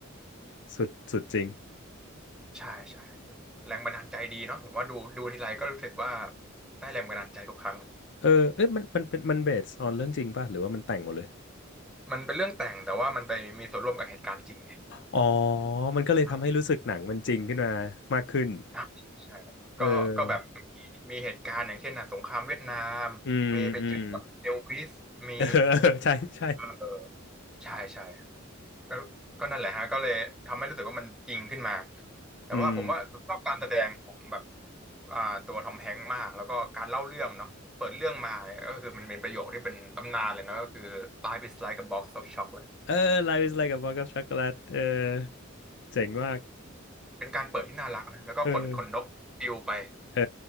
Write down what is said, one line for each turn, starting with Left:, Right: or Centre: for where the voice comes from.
Left: สุดสุดจริง
Centre: ใช่ใช่มันแรงบันดาลใจดีเนาะผมว่าดูดูทีไรก็รู้สึกว่าได้แรงบันดาลใจทุกครั้ง
Left: เออเอ้มันมันเป็นมันเบสออนเรื่องจริงป่ะหรือว่ามันแต่งหมดเลย
Centre: มันเป็นเรื่องแต่งแต่ว่ามันไปมีส่วนร่วมกับเหตุการณ์จริงไง
Left: อ๋อมันก็เลยทำให้รู้สึกหนังมันจริงขึ้นมามากขึ้น
Centre: ครับครับใช่ก็ก็แบบ
Left: เออ
Centre: มีเหตุการณ์อย่างเช่นน่ะสงครามเวียดนามมีไปเจอกับเอลวิสมี
Left: อืมอืมเออ <laughs> ใช่ใช่
Centre: เออใช่ใช่ แล้วก็นั่นแหละฮะก็เลยทำให้รู้สึกว่ามันจริงขึ้นมาแต่ว่าผมว่าชอบการแสดงของแบบ
Left: อืม
Centre: อ่าตัวทอมแฮงค์มากแล้วก็การเล่าเรื่องเนาะเปิดเรื่องมาเนี่ยก็คือมันเป็นประโยคที่เป็นตำนานเลยเนาะก็คือ Life is like a box of chocolate
Left: เออ Life is like a box of chocolate เออเจ๋งมาก
Centre: เป็นการเปิดที่น่ารักนะแล้วก็ขนขนนกปลิวไป
Left: เออเออ